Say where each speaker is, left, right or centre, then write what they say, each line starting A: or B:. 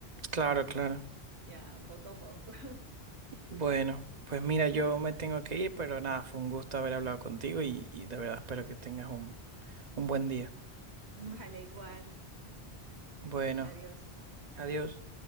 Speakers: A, on the right; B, on the right.
A: Claro,
B: eh,
A: claro.
B: ya poco a poco. <laughs>
A: Bueno, pues mira, yo me tengo que ir, pero nada, fue un gusto haber hablado contigo y, y de verdad espero que tengas un, un buen día.
B: Vale, igual.
A: Bueno,
B: Adiós.
A: adiós.